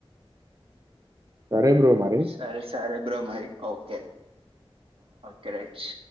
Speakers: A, on the right; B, on the right.
A: సరే బ్రో మరి
B: సరే సరే బ్రో మరి ఓకే ఓకే రైట్స్